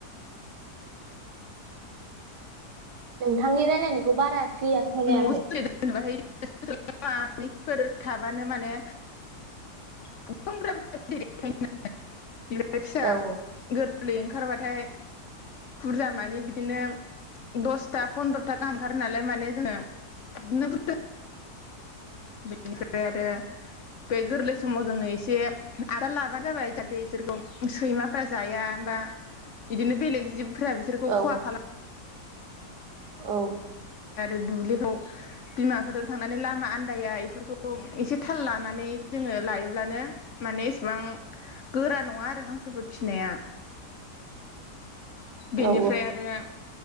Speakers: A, on the right (about 80°); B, on the left (about 60°).
A: नोंथांनि रायलायनायखौ बारा क्लियार खोनायाखै
B: न' <unintelligible> <unintelligible> थाबानो माने <unintelligible> बिनिफ्राय फिसा
A: औ
B: गोर गोरलै ओंखारबाथाय बुरजा मानि बिदिनो दसथा फन्द्र'था गाहाम ओंखारो नालाय माने जोङो <unintelligible> बेनिफ्राय आरो बे गोरलै समाव जोङो एसे आदार लाबानो जाबाय जाहाथे बिसोरखौ सैमाफ्रा जाया बा बिदिनो बेलेग जिब फोरा बिसोरखौ
A: औ
B: खहा खालाम
A: औ
B: आरो दुब्लिफ्राव बिमाफोरजों थांनानै लामा आन्दाया बेफोरखौ एसे थाल लानानै जोङो लायोब्लानो माने एसेबां गोरा नङा आरो हांसोफोर फिसिनाया। बेनिफ्राय
A: औ
B: आरो